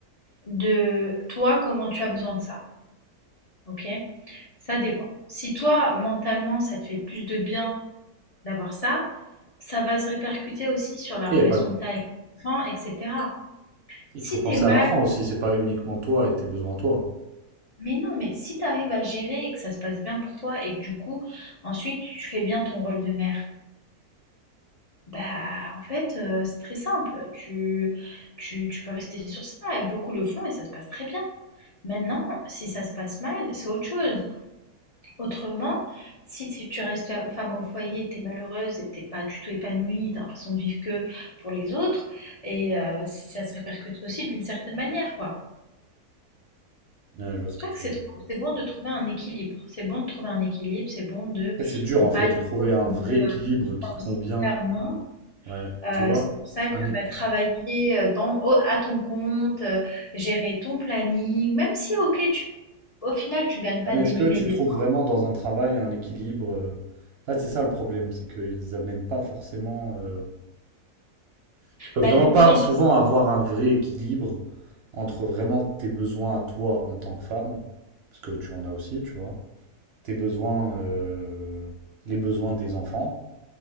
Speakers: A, on the left; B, on the right.
A: de toi, comment tu as besoin de ça. Ok? Ça dépend. Si toi, mentalement, ça te fait plus de bien d'avoir ça, ça va se répercuter aussi sur la relation
B: Et il y a pas
A: que tu as avec ton enfant, etc.
B: Il
A: Si
B: faut penser
A: tu es mal
B: à l'enfant aussi, c'est pas uniquement toi et tes besoins à toi.
A: Mais non, mais si t'arrives à gérer et que ça se passe bien pour toi et que du coup, ensuite, tu fais bien ton rôle de mère, bah en fait, euh, c'est très simple. Tu, tu, tu peux rester sur ça et beaucoup le font et ça se passe très bien. Maintenant, si ça se passe mal, c'est autre chose. Autrement, si tu tu restes femme au foyer, t'es malheureuse et t'es pas du tout épanouie, t'as l'impression de vivre que pour les autres, et euh, ça se répercute aussi d'une certaine manière, quoi.
B: Ouais, je vois ce
A: Je crois
B: que tu
A: que c'est
B: veux dire.
A: trop c'est bon de trouver un équilibre. C'est bon de trouver un équilibre, c'est bon de
B: Et c'est dur
A: ne
B: en
A: pas
B: fait
A: aller
B: de trouver
A: trop
B: un vrai
A: de euh,
B: équilibre qui convient.
A: 18 heures, non.
B: Ouais,
A: Euh,
B: tu vois,
A: c'est pour ça que
B: un équ-
A: bah, travailler euh, dans, au- à ton compte, euh, gérer ton planning, même si, ok, tu, au final, tu gagnes pas
B: Ouais, mais
A: des
B: est-ce
A: mille
B: que tu
A: et des
B: trouves
A: cents,
B: vraiment dans un travail un équilibre? euh, En fait, c'est ça le problème, c'est qu'ils amènent pas forcément. euh, Tu peux vraiment
A: bah, de plus
B: pas
A: en
B: souvent
A: plus,
B: avoir un vrai équilibre entre vraiment tes besoins à toi en tant que femme, parce que tu en as aussi, tu vois, tes besoins, euh, les besoins des enfants